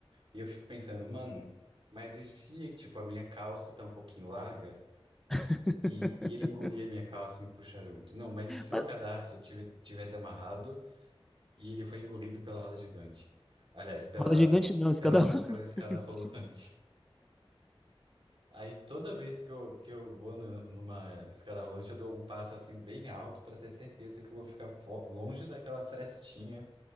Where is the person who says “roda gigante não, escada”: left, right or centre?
Centre